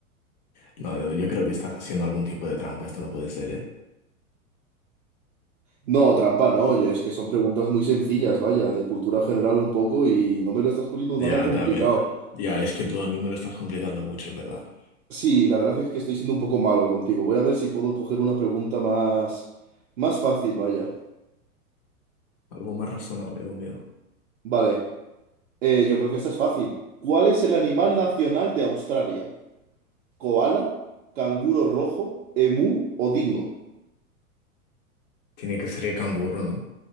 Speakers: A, on the left; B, on the right.
A: No, yo creo que estás haciendo algún tipo de trampa. Esto no puede ser, ¿eh?
B: No, trampa, no. Yo, es que son preguntas muy sencillas, vaya, de cultura general un poco y no me lo estás poniendo
A: Ya,
B: nada complicado.
A: también. Ya, es que tú a mí me lo estás complicando mucho, en verdad.
B: Sí, la verdad es que estoy siendo un poco malo contigo. Voy a ver si puedo coger una pregunta más, más fácil, vaya.
A: Algo más razonable conmigo.
B: Vale, eh, yo creo que esta es fácil. ¿Cuál es el animal nacional de Australia? ¿Koala, canguro rojo, emú o dingo?
A: Tiene que ser el canguro, ¿no?